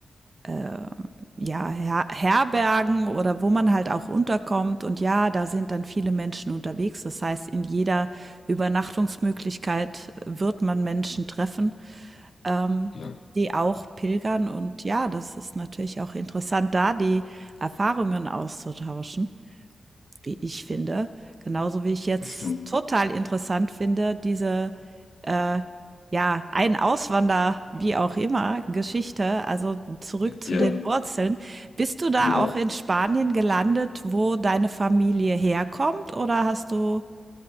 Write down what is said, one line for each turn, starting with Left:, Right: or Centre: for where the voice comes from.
Right: äh, ja, Her Herbergen oder wo man halt auch unterkommt. Und ja, da sind dann viele Menschen unterwegs. Das heißt, in jeder Übernachtungsmöglichkeit wird man Menschen treffen, ähm,
Left: Ja,
Right: die auch pilgern. Und ja, das ist natürlich auch interessant, da die Erfahrungen auszutauschen wie ich finde. Genauso wie ich jetzt
Left: bestimmt.
Right: total interessant finde, diese, äh, ja, ein Auswander, wie auch immer, Geschichte, also zurück zu
Left: Ja,
Right: den Wurzeln. Bist du da
Left: ja.
Right: auch in Spanien gelandet, wo deine Familie herkommt oder hast du,